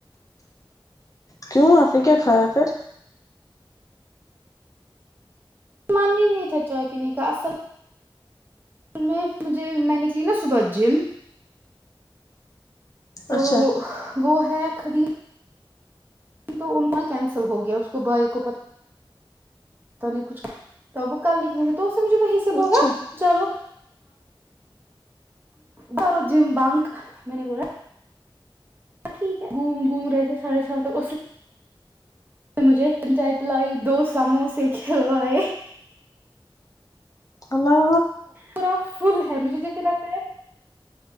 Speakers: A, on the left; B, on the right.
A: کیوں آپ نے کیا کھایا پھر
B: مان ہی نہیں تھا چائےائے پینے کا اصل میں مجھے میں نکلی نا صبح جم تو
A: اچھا
B: وہ ہے خرید تو اننا کینسل ہو گیا اس کو بھائی کو پ پ نہیں کچھ وہ کل نکلیں گے تو مجھے وہی سے بولا
A: اچھا
B: چلو ھرو جم بنک میں نے بلا ٹھیک ہے گوم گھوم رہے تھے ساڑھے سات تک مجھے چن چائے پلائی دو سموسے کھلوائے
A: اللہ
B: پا فل ہے مجھے جیسے لگتا ہے